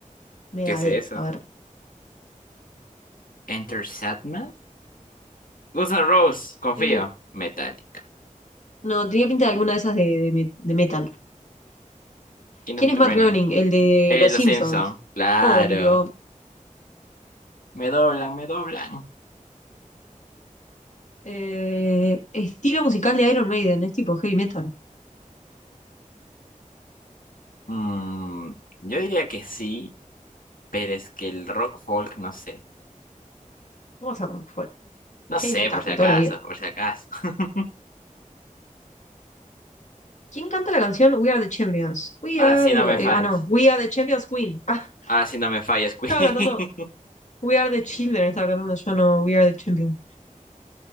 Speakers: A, on the left (about 60°); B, on the left (about 85°).
A: Megadeth.
B: ¿Qué es eso?
A: A ver.
B: Enter Sandman. Guns N' Roses, confío.
A: Tiene-
B: Metallica.
A: no, tenía pinta de alguna de esas de, de, me- de metal.
B: Kingdom
A: ¿Quién
B: of
A: es
B: the
A: Matt
B: Raining.
A: Groening? El de
B: Eh,
A: Los
B: Los
A: Simpsons.
B: Simpson. Claro.
A: Obvio.
B: Me doblan, me doblan.
A: Eh, estilo musical de Iron Maiden, es tipo heavy metal.
B: Mm, yo diría que sí, pero es que el rock folk, no sé.
A: Vamos a rock folk.
B: No
A: Heavy
B: sé,
A: metal
B: por si
A: de
B: acaso,
A: toda la vida.
B: por si acaso. <laughs>
A: ¿Quién canta la canción We Are the Champions? We
B: Ahora
A: are
B: sí
A: the...
B: no
A: wor-
B: me
A: eh,
B: falles.
A: ah, no. We Are the Champions Queen. Ah,
B: Ahora sí no me falles,
A: <laughs>
B: Queen.
A: estaba cantando
B: <laughs>
A: We Are the Children. Estaba cantando yo, no. We Are the Champions.